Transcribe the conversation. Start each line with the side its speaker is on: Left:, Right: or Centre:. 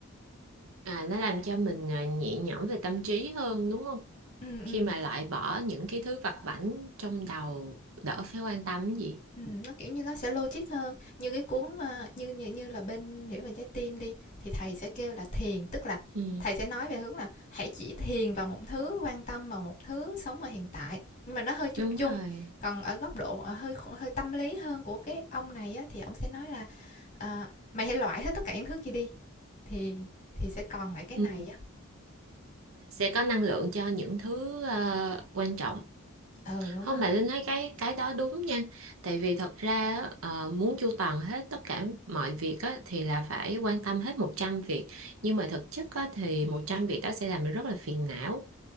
Right: À, nó làm cho mình à, nhẹ nhõm về tâm trí hơn đúng không?
Left: ừ ừ
Right: Khi mà loại bỏ những cái thứ vặt vãnh trong đầu đỡ phải quan tâm cái gì.
Left: Ừm, nó, kiểu như, nó sẽ logic hơn. Như cái cuốn, a, như như như là bên Hiểu về trái tim đi, thì thầy sẽ kêu là thiền, tức là
Right: Ừ,
Left: thầy sẽ nói về hướng là hãy chỉ thiền vào một thứ, quan tâm vào một thứ, sống ở hiện tại, nhưng mà nó hơi chung
Right: đúng
Left: chung.
Right: rồi.
Left: Còn ở góc độ, ờ, hơi kh hơi tâm lý hơn của cái ông này á, thì ổng sẽ nói là, ờ, "Mày hãy loại hết tất cả những thứ kia đi, thì thì sẽ còn lại cái
Right: Ừ.
Left: này" á.
Right: Sẽ có năng lượng cho những thứ ờ, quan trọng.
Left: Ừ, đúng
Right: không
Left: rồi.
Right: mà Linh thấy cái cái đó đúng nha tại vì thật ra á, ờ, muốn chu toàn hết tất cả mọi việc á, thì là phải quan tâm hết một trăm việc nhưng mà thực chất á, thì 100 việc đó sẽ làm mình rất là phiền não